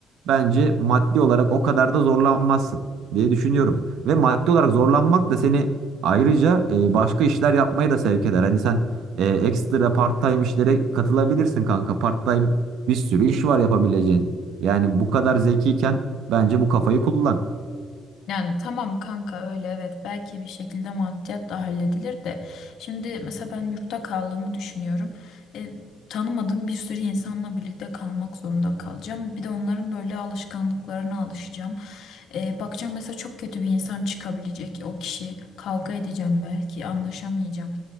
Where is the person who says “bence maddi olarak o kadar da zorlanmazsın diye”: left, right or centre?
Right